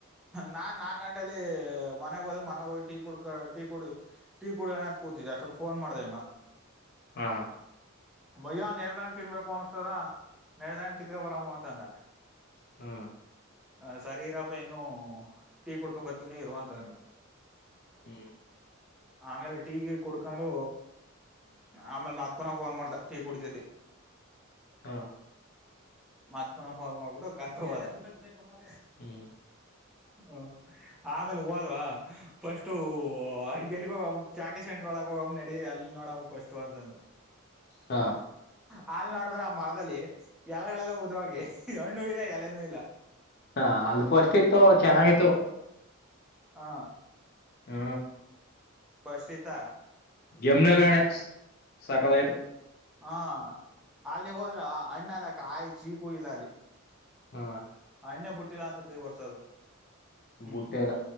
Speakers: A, in the centre; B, on the left (about 45°).
A: ನಾ ನಾಲ್ಕು ಗಂಟಲಿ ಮೊ ಮನೆಗ ಹೋದ ಮನಾಗ ಹೋಗಿ ಟೀ ಕುಡ ಟೀ ಕುಡಿ ಟೀ ಕುಡಕಂದ ಕೂತಿದ್ದ ಅಷ್ಟೊತ್ ಫೋನ್ ಮಾಡ್ದಮ್ಮ
B: ಹಾ
A: ಬಯ್ಯ ನಿರ್ಲಣ್ಣ ತಿನ್ಬೇಕು ಅನ್ಸ್ತದ ನೇರೆಳೆ ಹಣ್ಣ ಕಿತ್ಗಬರಾಮ ಅಂತ ಅಂದ
B: ಹ್ಮ
A: ಆ ಸರಿ ಇರಪ್ಪ ಇನ್ನು ಟೀ ಕುಡ್ಕೊ ಬರ್ತನ ಇರುವಂತ ಅಂದೆ
B: ಹ್ಮ್
A: ಆಮೇಲೆ ಟೀಗೀ ಕುಡ್ಕೊಂಡು ಆಮೇಲ್ ಮತ್ ಪುನ ಫೋನ್ ಮಾಡ್ದ ಟೀ ಕುಡತಿದ್ದಿ
B: ಹಾ
A: ಮತ್ ಪುನಃ ಕಾಲ್ ಮಾಡಬಿಟ ಕರ್ಕೊಂಡಹೊದೇ
B: ಹ್ಮ್
A: ಹ್ಮ ಆಮೇಲೆ ಹೋದವಾ ಫಸ್ಟು ಹಾ ಎಲ್ಲಿಗೆ ಹೋಗ ಚಾಕೆ ಸೆಂಟ್ರ ಒಳಗ ಹೋಗಮ್ಮ ನಡಿ ಅಲ್ಲಿ ನೋಡಮ್ಮ ಫಸ್ಟ ಅಂತಂದು
B: ಹಾ
A: ಹಾಲ್ ನೋಡಿದ್ರ ಆ ಮರದಲ್ಲಿ ಎಲೆಗಳೆಲ್ಲ ಉದ್ರೋಗಿ ಹಣ್ಣು ಇಲ್ಲ ಎಲೆನೂ ಇಲ್ಲ
B: ಹಾ ಅಲ್ಪ ಫಸ್ಟ್ ಇತ್ತು ಚೆನ್ನಾಗಿತ್ತು
A: ಹಾ
B: ಹ್ಮ
A: ಫಷ್ಟಿತ
B: ಜಮನೆಲ್ಲಣ ಸಕಾಲ ಆಯ್ತು
A: ಹಾ ಅಲ್ಲಿ ಹೋದ್ರ ಅಣ್ಣಲ್ಲ ಕಾಯಿ ಚೀಕೂ ಇಲ್ಲ ಅಲ್ಲಿ
B: ಹ್ಮ
A: ಅಣ್ಣ ಬುಟ್ಟೆಲ್ಲ ಅನ್ಸಿತ್ತೆ ಈ ವರ್ಷದು ಹ್ಮ್
B: ಬುಟ್ಟೆ ಎಲ್ಲ